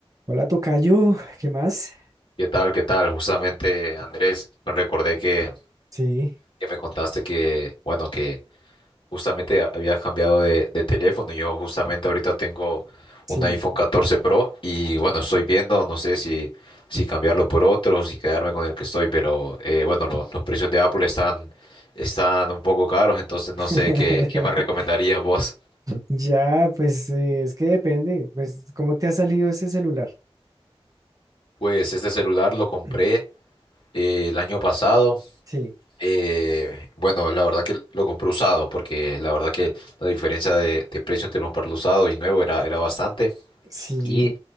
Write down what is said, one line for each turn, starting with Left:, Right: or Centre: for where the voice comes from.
Right: Hola, tocayo, ¿qué más?
Left: ¿Qué tal? ¿Qué tal? Justamente, Andrés, me recordé que,
Right: Sí,
Left: que me contaste que, bueno, que justamente ha- habías cambiado de, de teléfono. Yo justamente ahorita tengo
Right: sí.
Left: un iPhone 14 Pro y, bueno, estoy viendo, no sé si, si cambiarlo por otro o si quedarme con el que estoy, pero, eh, bueno, lo- los precios de Apple están, están un poco caros, entonces no
Right: <laughs>
Left: sé qué, qué me recomendarías vos.
Right: Ya, pues eh, es que depende, pues ¿cómo te ha salido ese celular?
Left: Pues este celular lo compré
Right: <clears throat>
Left: eh, el año pasado.
Right: Sí,
Left: Eh, bueno, la verdad que lo compré usado porque la verdad que la diferencia de, de precio entre comprarlo usado y nuevo era, era bastante.
Right: sí,
Left: Y,